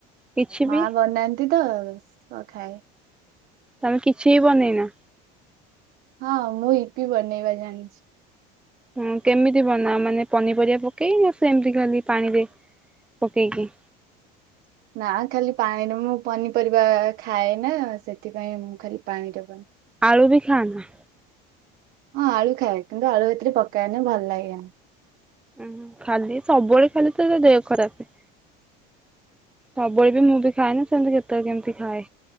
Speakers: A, in the centre; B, on the right (about 45°).
A: କିଛି ବି
B: ମାଆ ବନାନ୍ <inaudible> ତ, ତ ଖାଏ।
A: ତମେ କିଛି ବନେଇନ?
B: ହଁ ମୁଁ ଇପି ବନେଇବା ଜାଣିଛି।
A: ହୁଁ କେମିତି ବନାଅ ମାନେ ପନିପରିବା ପକେଇକି ନା ସେମିତି ଖାଲି ପାଣିରେ? ପକେଇକି।
B: ନା ଖାଲି ପାଣିରେ ମୁଁ ପନିପରିବା ଖାଏ ନା ସେଥିପାଇଁ ମୁଁ ଖାଲି ପାଣିରେ
A: ଆଳୁ ବି ଖାଅନା?
B: ହଁ ଆଳୁ ଖାଏ କିନ୍ତୁ ଆଳୁ ଏଥିରେ ପକାଏନି ଭଲ ଲାଗେନି।
A: <unintelligible> ଖାଲି ସବୁବେଳେ ଖାଲି ତୋର ଦେହ ଖରାପ୍। ସବୁବେଳେ ବି ମୁଁ ବି ଖାଏନି ସେମତି କେତେବେଳେ କେମିତି ଖାଏ।